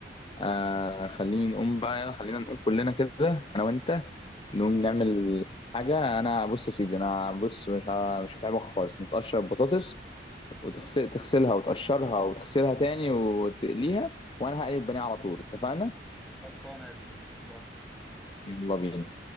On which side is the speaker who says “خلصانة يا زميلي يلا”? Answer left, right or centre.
Centre